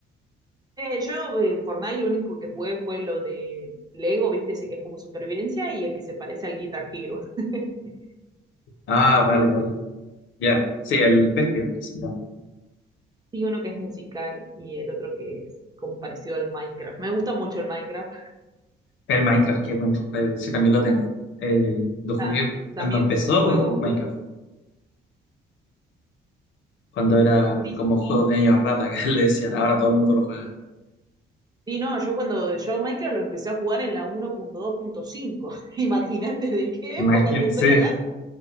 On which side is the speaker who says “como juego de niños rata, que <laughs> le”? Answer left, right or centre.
Left